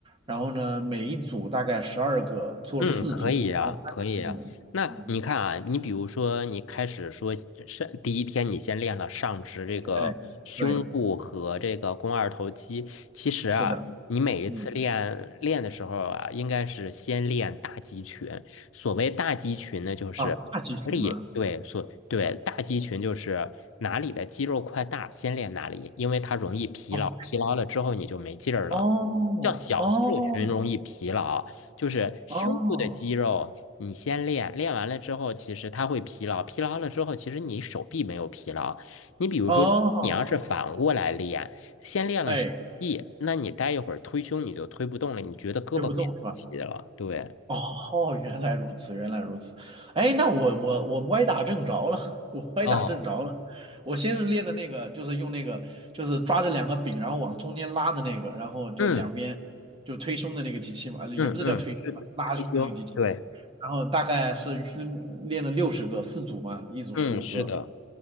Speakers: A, on the right; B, on the left.
A: 然后呢每一组大概十二个，做了四组，
B: 嗯，可以呀，
A: 然后三个项目。
B: 可以呀。那你看啊，
A: 嗯，
B: 你比如说，你开始说上第一天，你先练了上肢这个胸部和这个肱二头肌。
A: 哎，对，
B: 其实啊，
A: 是的。
B: 你每一次练练的时候啊，
A: 嗯。
B: 应该是先练大肌群。所谓大肌群呢，就是哪里对，
A: 啊，大集群吗？
B: 所对大肌群就是哪里的肌肉块大，先练哪里，因为它容易疲劳，
A: 哦
B: 疲劳了之后你就没劲儿了。
A: 哦哦
B: 叫小肌肉群容易疲劳。就是胸部的肌肉，
A: 哦
B: 你先练，练完了之后，其实它会疲劳，疲劳了之后，其实你手臂没有疲劳。你比如说，
A: 哦，
B: 你要是反过来练，先练了手臂，
A: 哎，
B: 那你待一会儿推胸你就推不动了，你觉得胳膊没力气了，
A: 推不动是吧？
B: 对。
A: <laughs> 哦，原来如此，原来如此。哎，那我我我歪打正着了，<laughs> 我歪打正着了。
B: 哦，
A: 我先是练的那个，就是用那个，就是抓着两个柄，然后往中间拉的那个，然后就两边就推胸的那个机器嘛，
B: 嗯
A: 啊，也不是叫推胸吧拉胸的那个机器嘛。
B: 嗯嗯，推胸，对，
A: 然后大概是去练了六十个，四组嘛，一组十五个。
B: 嗯，是的，